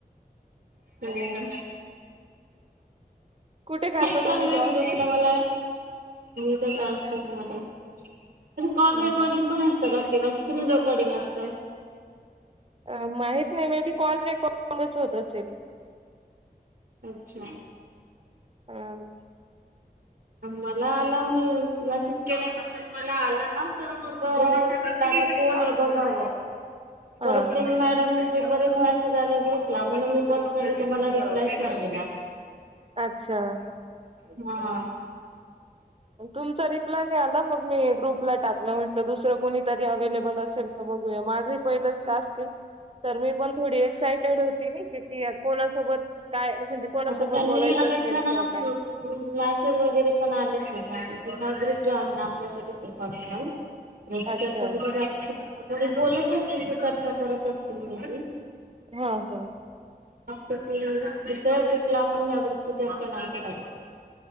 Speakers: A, on the right; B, on the right.
A: हम्म.
B: कुठे करता
A: काय चालू
B: तुम्ही जॉब?
A: आहे गुरसलं मला म तर ट्रान्सफोर
B: अच्छा.
A: म तर कॉल
B: हम्म
A: रेकॉर्डिंग पण असतं का तेव्हा स्क्रीन रेकॉर्डिंग असत.
B: अ माहीत नाही मे बी कॉल रेकॉडंगच होत असेल.
A: अच्छ
B: ह
A: मला आला मी मसेज केल्यानंतर मला आला ना तर मग. आता कोण आहे बघा
B: हा
A: परते
B: हा
A: मॅडम बरेच मेसेज आले ग्रुप ला म्हणून मी पर्सनली तुम्हाला रिप्लायच नाही दिला.
B: अच्छा.
A: हा.
B: तुमचा रिप्लाय नाही आला मग मी ग्रुपला टाक तिला म्हटल दुसर कोणी तरी अवलेबल असेल तर बघू माझ पहिल टास्क ये तर मी. पण थोडी एक्सायटेड होती कि कोणासोबत. काय म्हणजे कोणासोबत
A: आता त्यांनी
B: बोलायचं
A: इथ
B: असेल
A: ना
B: किंवा काय
A: मॅसेस वगैरे पण आले बघा आता की हा ग्रुप जो आहे ना आपल्यासाठीच पर्सनल त्याची
B: अच्छा
A: चर्चा कुट बोलत असतील ते चर्चा करत असतील म.
B: हा हा.
A: त की दुसऱ्या गुप ला आपण ह्या ग्रुप ची चर्चा नाही करायला पाहिजे.